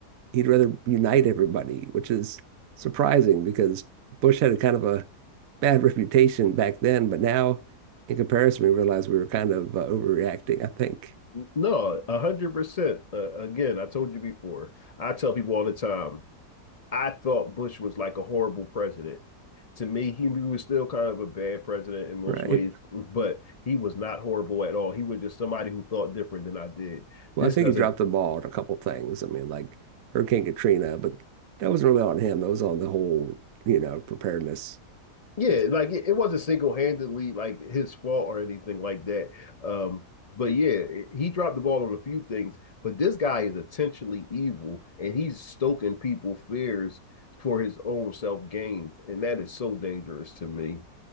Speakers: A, on the right; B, on the left.
A: he'd rather unite everybody, which is surprising because Bush had a kind of a bad <laughs> reputation back then, but now in comparison, we realized we were kind of uh, overreacting, I think,
B: No, 100%. Uh, again, I told you before, I tell people all the time, I thought Bush was like a horrible president. To me, he, was still kind of a bad president in most
A: right?
B: ways, but he was not horrible at all. He was just somebody who thought different than I did.
A: Well,
B: This
A: I think
B: doesn't,
A: he dropped the ball on a couple things. I mean, like Hurricane Katrina, but that wasn't really on him. That was on the whole, you know, preparedness.
B: yeah,
A: That's-
B: like it, it wasn't single handedly like his fault or anything like that. Um, but yeah, it, he dropped the ball on a few things. But this guy is intentionally evil, and he's stoking people fears for his own self gains, and that is so dangerous to me.